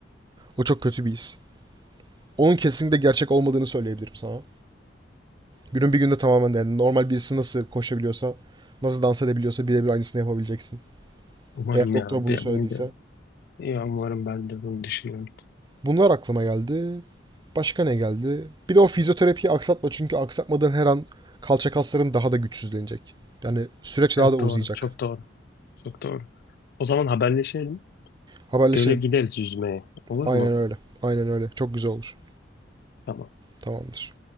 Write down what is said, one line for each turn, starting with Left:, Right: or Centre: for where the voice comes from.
Right: O çok kötü bir his. Onun kesinlikle gerçek olmadığını söyleyebilirim sana. Günün bir günde tamamen yani normal birisi nasıl koşabiliyorsa, nasıl dans edebiliyorsa birebir aynısını yapabileceksin.
Left: Umarım
Right: Eğer doktor
Left: ya.
Right: bunu
Left: Be-
Right: söylediyse
Left: Benim de İyi umarım ben de bunu düşünüyorum.
Right: Bunlar aklıma geldi. Başka ne geldi? Bir de o fizyoterapiyi aksatma çünkü aksatmadan her an kalça kasların daha da güçsüzlenecek. Yani süreç daha
Left: Evet
Right: da uzayacak.
Left: doğru. Çok doğru. Çok doğru. O zaman haberleşelim.
Right: Haberleşelim.
Left: Göle gideriz yüzmeye. Olur
Right: Aynen
Left: mu?
Right: öyle. Aynen öyle. Çok güzel olur.
Left: Tamam.
Right: Tamamdır.